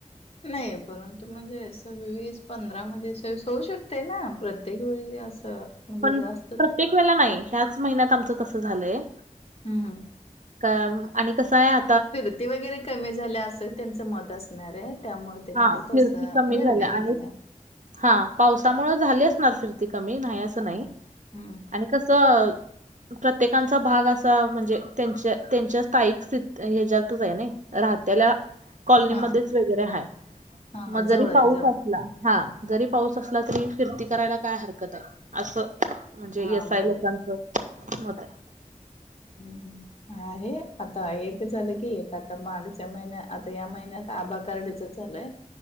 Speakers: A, on the left (about 50°); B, on the right (about 65°).
A: नाही परंतु म्हणजे वीस पंधरा मध्ये सव्वीस होऊ शकते ना? प्रत्येक वेळी असं म्हणजे
B: पण
A: जास्तच
B: प्रत्येक वेळेला नाही ह्याच महिन्यात आमचं तसं झालंय
A: हम् हम
B: का आणि कसं आहे आ
A: फिरती वगैरे कमी झाल्या असं त्यांचं मत असणार आहे त्यामुळे त्यांनी
B: हा
A: ते तस
B: फिरती कमी
A: निर्णय
B: झाल्या
A: घेतलाय
B: आणि हा पावसामुळे झालीचणार फिरती कमी नाही असं नाही
A: हा हम्म
B: आणि कसं प्रत्येकांचा भाग असा म्हणजे त्यांच्या त्यांच्या स्थायिक स्थ ह्याच्यातच आहे ना राहत्याला कॉलनीमध्येच
A: हा
B: वगैरे आहे
A: हा हा
B: मग जरी
A: जवळ आहे
B: पाऊस
A: जवळ
B: असला हा जरी पाऊस असला तरी फिरती करायला काय हरकत आहे असं म्हणजे
A: हा
B: यसय
A: बरोबर
B: लोकांचं मत आहे
A: हम्म आहे आता एक झालं की एक आता मागच्या महिन्यात आता या महिन्यात आभा कडचं चालय